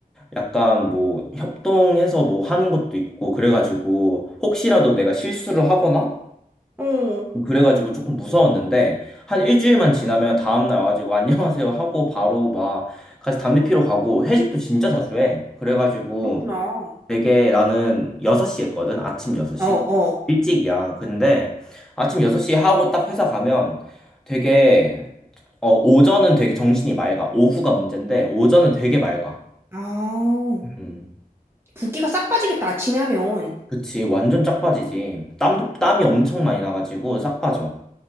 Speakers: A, in the centre; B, on the right.
A: 약간 뭐 협동해서 뭐 하는 것도 있고 그래가지고 혹시라도 내가 실수를 하거나
B: 어.
A: 그래가지고 조금 무서웠는데 한 일주일만 지나면 다음날 와가지고 안녕하세요 하고 바로 막 같이 담배 피러 가고 회식도 진짜 자주 해. 그래가지고
B: 그렇구나.
A: 되게 나는 6시 했거든. 아침 6시.
B: 어, 어.
A: 일찍이야. 근데 아침 6시 하고 딱 회사 가면 되게 어 오전은 되게 정신이 맑아. 오후가 문제인데 오전은 되게 맑아.
B: 아,
A: 음.
B: 붓기가 싹 빠지겠다. 아침에 하면.
A: 그치, 완전 짝 빠지지. 땀도, 땀이 엄청 많이 나가지고 싹 빠져.